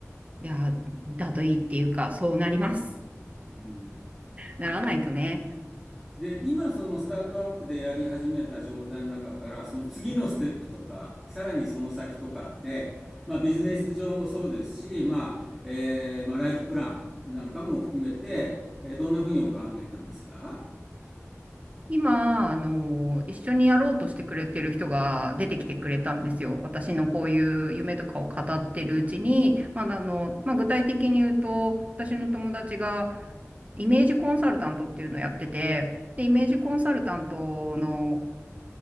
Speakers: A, on the right (about 30°); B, in the centre.
A: いや、だといいっていうか、そうなります。
B: うん
A: ならないとね。
B: で、今そのスタートアップでやり始めた状態の中から、その次のステップとか、さらにその先とかって、まあビジネス上もそうですし、まあ、えー、まあライフプランなんかも含めて、どんなふうにお考えなんですか
A: 今、あの、一緒にやろうとしてくれてる人が出てきてくれたんですよ。私のこういう夢とかを語ってるうちに、まあ、あの、まあ、具体的に言うと、私の友達がイメージコンサルタントっていうのをやってて、で、イメージコンサルタントの